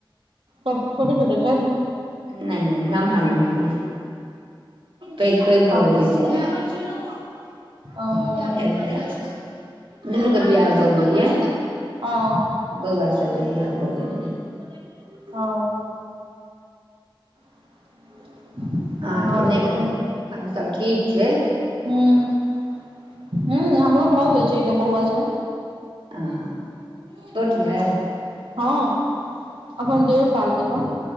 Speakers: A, on the right; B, on the right.
A: सब छोटे छोटे छथि
B: नहि नहि नम्हर नम्हर यै पैघ पैघ भऽ
A: ओ
B: गेलै <unintelligible>
A: ओ
B: दुनू के बियाह भऽ गेलियै
A: ओ
B: बौआ सब के बियाह भऽ गेल यै <unintelligible>
A: ओ <inaudible>
B: अहाँके
A: सब
B: नहि भेल आओर सभ ठीक छै
A: हूंम्म हमरो भऽ गेल छै एकटा बौआ छै
B: हँ छोट
A: हूँ
B: यै
A: हँ अखन देढ़ साल के छै